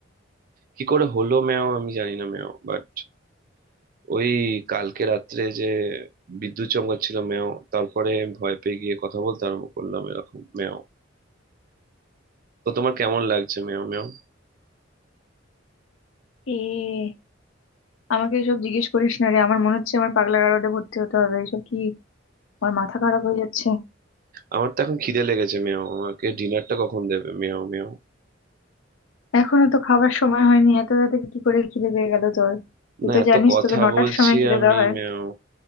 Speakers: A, on the right (about 45°); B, on the left (about 85°).
A: কি করে হলো ম্যাও আমি জানি না ম্যাও বাট ওই কালকে রাত্রে যে বিদ্যুৎ চমকাচ্ছিল মেও তারপরে আমি ভয় পেয়ে গিয়ে কথা বলতে আরম্ভ করলাম এরকম মেও তো তোমার কেমন লাগছে মেও মেও
B: এ আমাকে এসব জিজ্ঞেস করিস না রে আমার মনে হচ্ছে আমার পাগলা গারদে ভর্তি হতে হবে এসব কি আমার মাথা খারাপ হয়ে যাচ্ছে
A: আমার তো এখন খিদে লেগেছে মেও আমাকে ডিনারটা কখন দেবে মেও মেও
B: এখনো তো খাবার সময় হয়নি এত তাড়াতাড়ি কি করে খিদে পেয়ে গেল তোর তুই
A: না
B: তো
A: এত
B: জানিস
A: কথা
B: তোকে নটার
A: বলছি
B: সময় খিদে
A: আমি
B: দেওয়া হয়
A: মেও